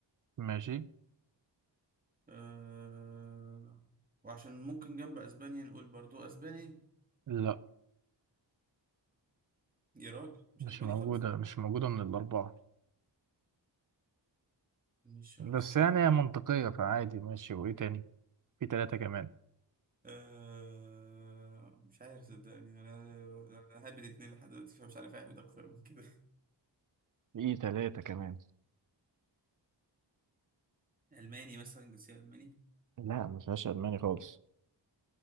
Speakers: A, on the right; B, on the right.
A: ماشي
B: آه وعشان ممكن جنب اسبانيا نقول برضو اسباني
A: لا
B: يا راجل مش
A: مش
B: اسباني
A: موجودة
B: خالص
A: مش موجودة من الأربعة
B: مش
A: بس
B: اسباني
A: يعني هي منطقية
B: <laughs>
A: فعادي ماشي وإيه تاني في تلاتة كمان
B: آه مش عارف صدقني انا انا حابب الاتنين لحد دلوقتي فمش عارف اهبد اكتر من كده
A: في ثلاثة كمان
B: <laughs> الماني مثلا جنسية الماني
A: لا ما فيهاش ألماني خالص